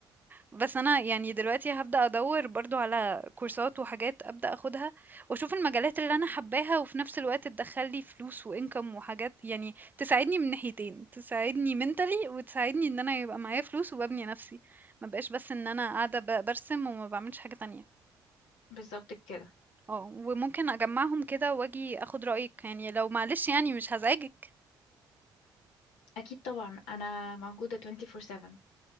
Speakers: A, on the right (about 20°); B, on the left (about 85°).
A: بس انا يعني دلوقتي هبدأ ادور برضو على كورسات وحاجات ابدأ اخدها واشوف المجالات اللي انا حباها وفي نفس الوقت تدخل لي فلوس وانكم وحاجات يعني تساعدني من ناحيتين تساعدني منتلي وتساعدني ان انا يبقى معايا فلوس وببني نفسي ما بقاش بس ان انا قاعدة ب- برسم وما بعملش حاجة تانية
B: بالظبط كده
A: اه وممكن اجمعهم كده واجي اخد رأيك يعني لو معلش يعني مش هزعجك
B: اكيد طبعا انا موجودة 24/7